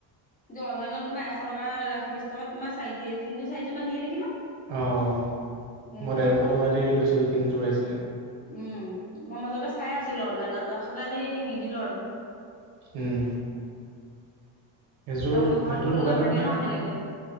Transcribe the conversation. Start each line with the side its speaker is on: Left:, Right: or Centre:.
Left: অনলাইনত তোমাৰ এশ টকা, এশ বিশ তলত তোমাৰ চাৰি তিনি যো মান দিয়ে নেকি ন।
Right: অ'
Left: উম
Right: মই ডেৰশ টকা দি লৈছিলোঁ। তিনিযোৰ আহিছিলে।
Left: উম, মই মাজতে চাই আছিলোঁ, অনলাইনত তাৰপিছতে সেই নিদিলোঁ আৰু।
Right: উম। এইযোৰ
Left: তাৰমানে ঘৰত
Right: সেইটো
Left: কোনো
Right: লগালে
Left: নাথাকে
Right: মানে
Left: ন সেনেকে।